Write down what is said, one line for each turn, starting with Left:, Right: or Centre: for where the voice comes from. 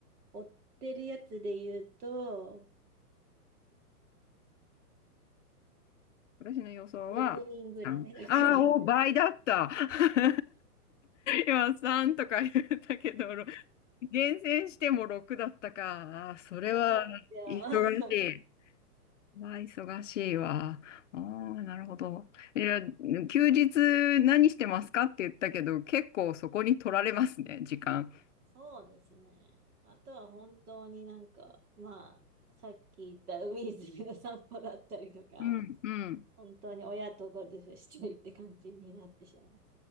Right: 追ってるやつで言うと、
Left: 私の予想は3。
Right: 6人ぐらい、6人
Left: ああ、お、倍だった。<laughs> 今3とか言ったけど、ろ厳選しても6だったか。ああ、それは忙しい。
Right: <laughs> そうなんですよ。
Left: まあ、忙しいわ。ああ、なるほど。いや、休日何してますかって言ったけど、結構そこに取られますね、時間。
Right: そうですね。あとは本当になんか、まあ、さっき言った海泉の散歩だったりとか、
Left: うん、うん。
Right: 本当に親とゴルフしてるって感じになってしまいます。